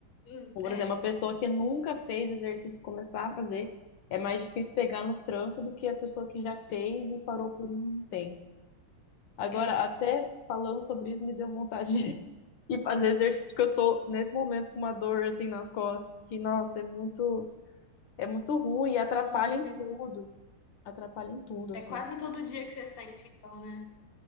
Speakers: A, on the left; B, on the left.
A: Os-
B: Como, Por exemplo,
A: É,
B: uma pessoa que nunca fez exercício começar a fazer, é mais difícil pegar no tranco do que a pessoa que já fez e parou por um tempo. Agora,
A: é.
B: até falando sobre isso, me deu vontade de <laughs> ir fazer exercício, porque eu tô nesse momento com uma dor assim nas costas, que, nossa, é muito, é muito ruim e atrapalha
A: Nossa,
B: em
A: coisa.
B: tudo. Atrapalha em tudo,
A: É
B: assim.
A: quase todo dia que você sente, então, né?